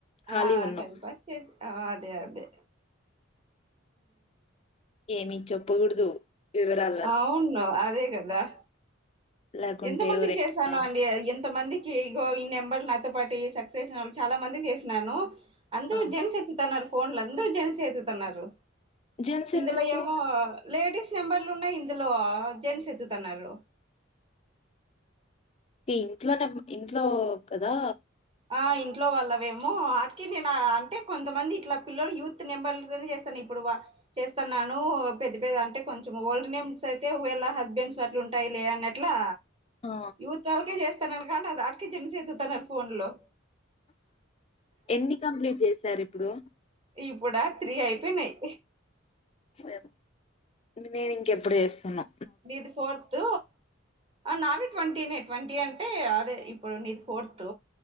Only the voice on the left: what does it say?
ఖాళీగా
ఉన్నాం
ఏమీ చెప్పకూడదు వివరాల వల్ల
లేకుంటే
ఎవరైనా
ఆ!
జెంట్స్
ఎందుకు?
ఈ ఇంట్లోనేె ఇంట్లో కదా
ఆ!
ఎన్ని కంప్లీట్ చేసారు ఇప్పుడు
ఫైవ్ ఇది నేను ఇంకెప్పుడు చేస్తనో